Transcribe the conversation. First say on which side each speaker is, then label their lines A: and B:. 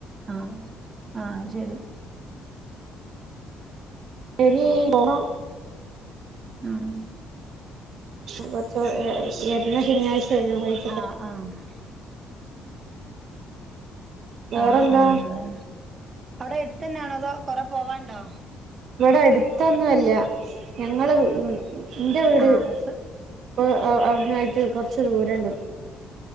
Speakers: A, on the right; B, on the right.
A: ആ ആ ശരി
B: എ നീ പോണം
A: ആഹ
B: <unintelligible> ഏ വര്ന്നശനിയഴ്ച യോ ഞാറാ
A: ആഹ ആഹ
B: വേറെന്താ
A: ആഹ ആഹ അതന്നെ അവിടെ എടുത്തന്നെയാണോ അതോ കൊറെ പോവാണ്ടോ
B: ഇവിടെ അടുത്തൊന്നും അല്ല ഞങ്ങളെ എന്റെ വീട്
A: ആഹ് കുറച്ച്
B: അപ്പോൾ അവിടന്ന ആയിട്ട് കുറച്ച് ദൂരമുണ്ട്